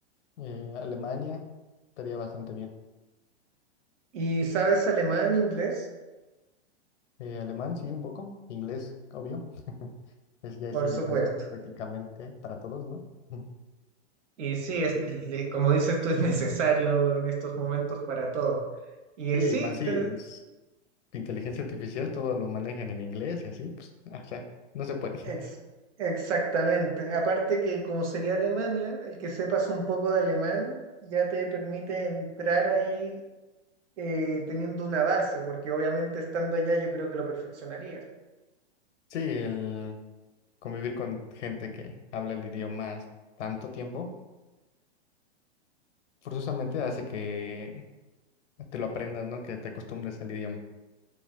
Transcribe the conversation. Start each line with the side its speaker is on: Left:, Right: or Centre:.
Left: Eh, Alemania estaría bastante bien.
Right: ¿Y sabes alemán, inglés?
Left: Eh, alemán, sí, un poco. Inglés, obvio. <laughs> Es, ya
Right: Por
Left: es indispensable
Right: supuesto.
Left: prácticamente para todos, ¿no? <laughs>
Right: Y sí, es, li- como dices tú, es necesario en estos momentos para todo. Y
Left: Sí,
Right: eh, sí,
Left: más si
Right: te-
Left: es inteligencia artificial, todo lo manejan en inglés y así, pues, o sea, no se puede.
Right: Ex-
Left: <laughs>
Right: exactamente. Aparte que como sería Alemania, el que sepas un poco de alemán ya te permite entrar ahí eh, teniendo una base, porque obviamente estando allá yo creo que lo perfeccionarías.
Left: Sí, el convivir con gente que habla el idioma tanto tiempo, forzosamente hace que te lo aprendas, ¿no? Que te acostumbres al idioma.